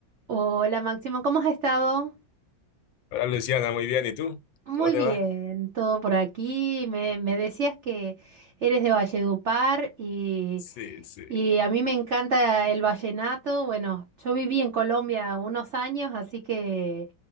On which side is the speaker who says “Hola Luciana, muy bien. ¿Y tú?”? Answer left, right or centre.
Left